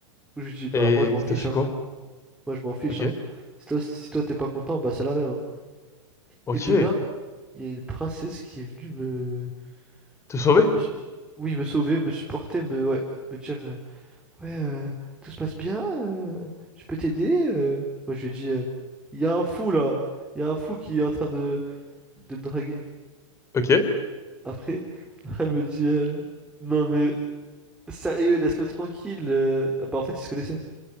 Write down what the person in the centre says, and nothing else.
Je lui ai dit, bah,
moi, je m'en fiche,
hein.
Moi, je m'en fiche,
hein. Si toi, si toi, t'es pas content, bah, c'est la même, hein.
Et de là, il y a une princesse qui est venue me.
pas- je- Oui, me sauver, me supporter, me. Ouais, me dire. euh, Ouais, euh, tout se passe bien, euh, je peux t'aider. euh. Moi, je lui ai dit, euh, il y a un fou là, il y a un fou qui est en train de, de me draguer.
Après, <laughs> elle me dit, euh, non mais sérieux, laisse-le tranquille. euh. Ah Bah, en fait, il se connaissait.